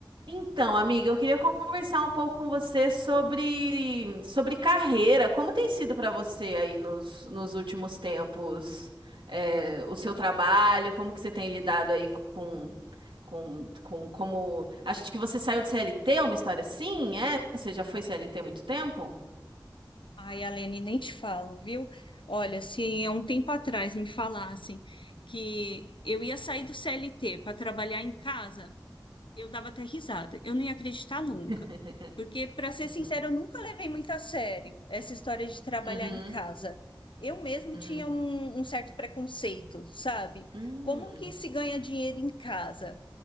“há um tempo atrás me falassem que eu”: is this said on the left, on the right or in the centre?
Left